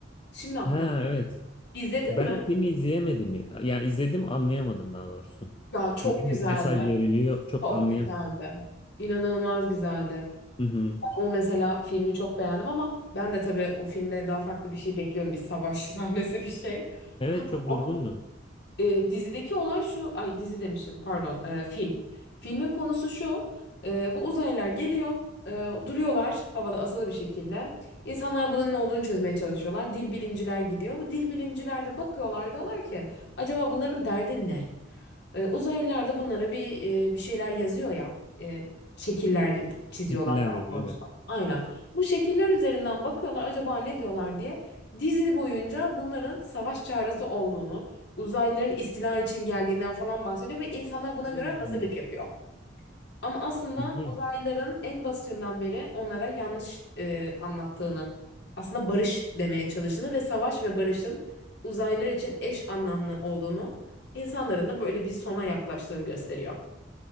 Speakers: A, on the left; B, on the left.
A: Şimdi aklıma.
B: Ha evet.
A: İzledin
B: Ben
A: mi?
B: o filmi izleyemedim. ya. Yani izledim anlayamadım daha doğrusu.
A: Ya çok
B: Ne
A: güzeldi.
B: mesaj veriliyor çok
A: Çok
B: anlayamadım.
A: güzeldi. İnanılmaz güzeldi.
B: Hı hı.
A: Ben O mesela filmi çok beğendim ama ben de tabii o filmde daha farklı bir şey bekliyorum. Bir savaş <laughs> sahnesi bir şey.
B: Evet
A: Ama
B: çok
A: o
B: durgundu.
A: e, dizideki olay şu, ay dizi demişim pardon, e, film. Filmin konusu şu, e, bu uzaylılar geliyor, e, duruyorlar havada asılı bir şekilde. İnsanlar bunun ne olduğunu çözmeye çalışıyorlar. Dil bilimciler gidiyor. Bu dil bilimciler de bakıyorlar diyorlar ki acaba bunların derdi ne? E, uzaylılar da bunlara bir e, bir şeyler yazıyor ya, e, şekiller çiziyorlar
B: Fikirler
A: daha
B: veriyor
A: doğrusu.
B: evet.
A: Aynen. Bu şekiller üzerinden bakıyorlar acaba ne diyorlar diye. Dizi boyunca bunların savaş çağrısı olduğunu, uzaylıların istila için geldiğinden falan bahsediyor ve insanlar buna göre
B: Hmm.
A: hazırlık yapıyor. Ama aslında
B: İlginç.
A: uzaylıların en basitinden beri onlara yanlış e, anlattığını, aslında barış demeye çalıştığını ve savaş ve barışın uzaylılar için eş anlamlı olduğunu, insanların da böyle bir sona yaklaştığını gösteriyor.